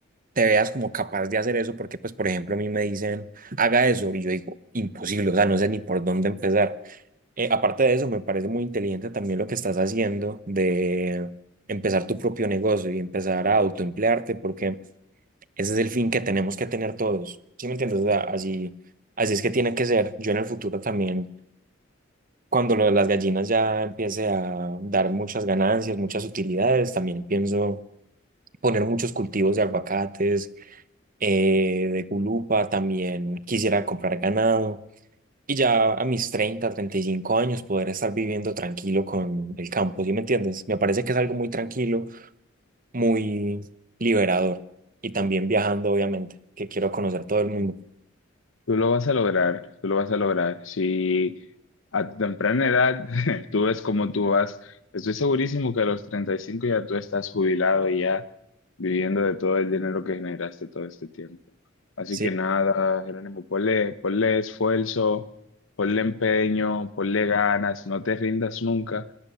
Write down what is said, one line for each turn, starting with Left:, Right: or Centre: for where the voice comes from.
Right: te veas como capaz de hacer eso, porque pues por ejemplo a mí me dicen, haga eso, y yo digo, imposible, o sea, no sé ni por dónde empezar. Eh, aparte de eso, me parece muy inteligente también lo que estás haciendo de empezar tu propio negocio y empezar a autoemplearte, porque ese es el fin que tenemos que tener todos, ¿sí me entiendes? O sea, así, así es que tiene que ser. Yo en el futuro también, cuando lo de las gallinas ya empiece a dar muchas ganancias, muchas utilidades, también pienso poner muchos cultivos de aguacates eh, de Gulupa también quisiera comprar ganado y ya a mis treinta treinta y cinco años poder estar viviendo tranquilo con el campo, ¿sí me entiendes? Me parece que es algo muy tranquilo, muy liberador y también viajando, obviamente, que quiero conocer todo el mundo.
Left: Tú lo vas a lograr, tú lo vas a lograr. Si a tu temprana edad <laughs> tú ves cómo tú vas, estoy segurísimo que a los 35 ya tú estás jubilado y ya viviendo de todo el dinero que generaste todo este tiempo. Así
Right: Sí,
Left: que nada, Jerónimo, ponle, ponle esfuerzo, ponle empeño, ponle ganas, no te rindas nunca,